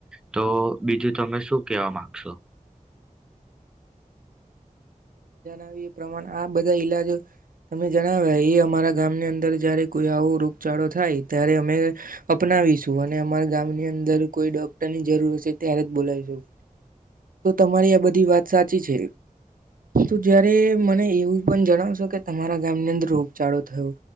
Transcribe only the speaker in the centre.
તો બીજું તમે શું કેવા માંગશો?